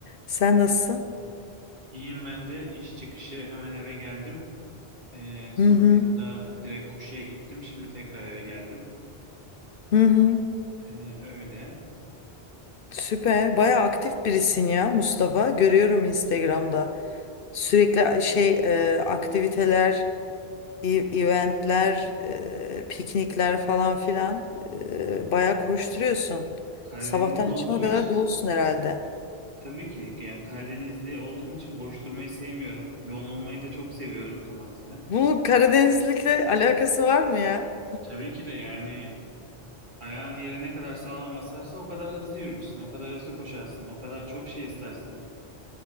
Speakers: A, on the left; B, on the right.
A: Sen nasılsın?
B: Hı. İyiyim ben de. İş çıkışı hemen eve geldim. Ee, sonrasında
A: Hı hı.
B: direkt koşuya gittim. Şimdi tekrar eve geldim.
A: Hı hı.
B: Ee, öyle.
A: Süper. Bayağı aktif birisin ya Mustafa. Görüyorum Instagram'da. Sürekli şey e, aktiviteler, e- eventler, e, piknikler falan filan e,
B: Hı.
A: bayağı koşturuyorsun.
B: Karadeniz'de
A: Sabahtan akşama
B: olduğum
A: kadar
B: için
A: dolusun herhalde.
B: Tabii ki yani Karadenizli olduğum için boş durmayı sevmiyorum. Yoğun olmayı da çok seviyorum tam aksine.
A: Bunun Karadenizlikle alakası var mı ya?
B: Tabii ki de yani ayağın yere ne kadar sağlam basarsa o kadar hızlı yürürsün, o kadar hızlı koşarsın, o kadar çok şey istersin.